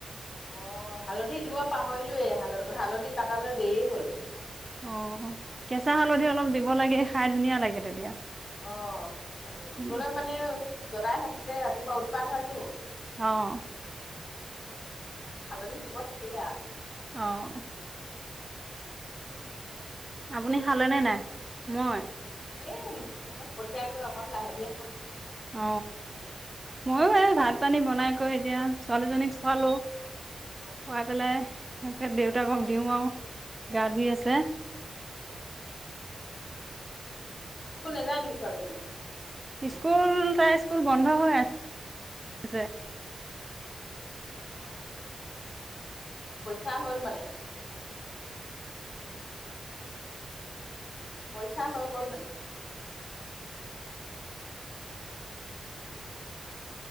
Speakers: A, on the left (about 40°); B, on the right (about 20°).
A: অ' হালধি দিব পাহৰিলোৱেই হাল হালধি কাটালৈ দেৰি হ'ল।
B: অ' কেঁচা হালধি অলপ দিব লাগে খাই ধুনীয়া লাগে তেতিয়া।
A: অঁ এ
B: উম,
A: দিবলৈ মানে দদাই থাকোতে ৰাতিপুৱা উৎপাত হয়তো।
B: অ'
A: সেইকাৰণে মানে হালধি দিব থাকিলে আও।
B: অ'।
A: তুমি
B: আপুনি খালেনে নাই? মই
A: এ সিহঁতক পঠিয়াইকৈ অকন লাহে ধীয়ে খাম আৰু।
B: অ, ময়ো এই ভাত পানী বনাই কৈ এতিয়া ছোৱালীজনীক খোৱালো।
A: আৰু।
B: খোৱাই পেলাই সেই দেউতাকক দিওঁ আৰু। গা ধুই আছে।
A: স্কুল নাযায় নেকি ছোৱালী জনী।
B: স্কুল তাই স্কুল বন্ধ হৈ আ আছে।
A: অ। পৰীক্ষা হ'ল মানে। পৰীক্ষা হৈ গ'ল মানে।